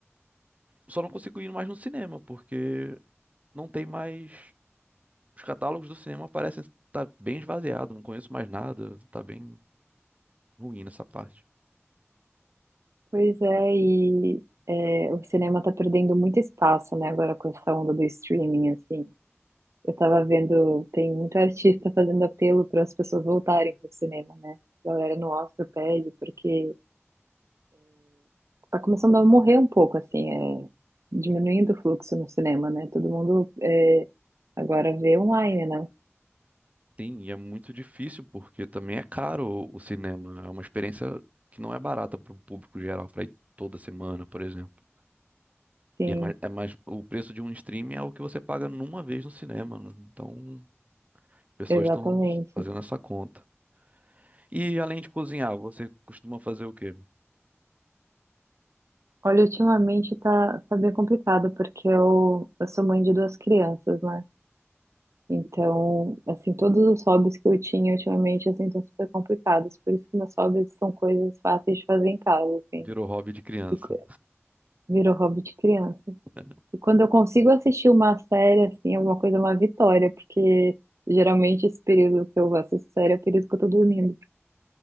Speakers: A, on the right (about 30°); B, on the right (about 80°).
A: Só não consigo ir mais no cinema, porque não tem mais. Os catálogos do cinema parecem estar bem esvaziados, não conheço mais nada, tá bem ruim nessa parte.
B: Pois é, e é, o cinema tá perdendo muito espaço, né, agora com essa onda do streaming, assim. Eu tava vendo, tem muito artista fazendo apelo para as pessoas voltarem pro cinema, né? A galera no Oscar pede, porque tá começando a morrer um pouco, assim, é, diminuindo o fluxo no cinema, né? Todo mundo é, agora vê online, né?
A: Sim, e é muito difícil porque também é caro o o cinema, é uma experiência que não é barata para o público geral, para ir toda semana, por exemplo.
B: Sim,
A: E é mais, é mais, o preço de um streaming é o que você paga numa vez no cinema, né? então as pessoas
B: exatamente.
A: estão fazendo essa conta. E além de cozinhar, você costuma fazer o quê?
B: Olha, ultimamente tá, tá bem complicado, porque eu, eu sou mãe de duas crianças, né? Então, assim, todos os hobbies que eu tinha ultimamente, assim, estão super complicados. Por isso que meus hobbies são coisas fáceis de fazer em casa, assim.
A: Virou hobby de criança.
B: E co- virou hobby de criança.
A: <laughs>
B: E quando eu consigo assistir uma série, assim, alguma coisa, é uma vitória, porque geralmente esse período que eu assisto série é o período que eu tô dormindo.